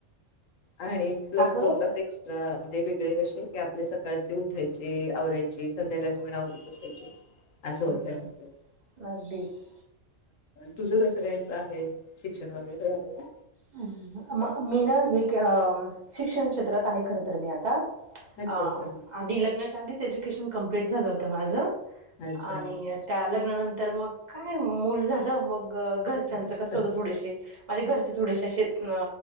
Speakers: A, on the left; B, on the right.
A: आणि प्लस
B: अगं
A: दोन तास एक्स्ट्रा म्हणजे वेगळे कसे की आपले सकाळचे, उठायचे आवरायचे संध्याकाळच्या, वेळी आवरत बसायचे बसायचे असं
B: हं
A: होतय
B: हं
A: मग ते
B: हं अगदीच.
A: तुझ कसं काय आहे. शिक्षण वगैरे झालंय का?
B: मक मक मीनल आणि <unintelligible> शिक्षण क्षेत्रात आहे खर तर मी आता आणि
A: अच्छा अच्छा
B: आ आधी लग्नाच्या आधी एज्युकेशन कम्प्लिट झालं होतं माझं
A: अच्छा
B: आणि त्या लग्नानंतर तर मग काय मूल झालं मग घरच्यांच,
A: अच्छा
B: कसं होतं. आणि घरचे थोडेसे असे आ,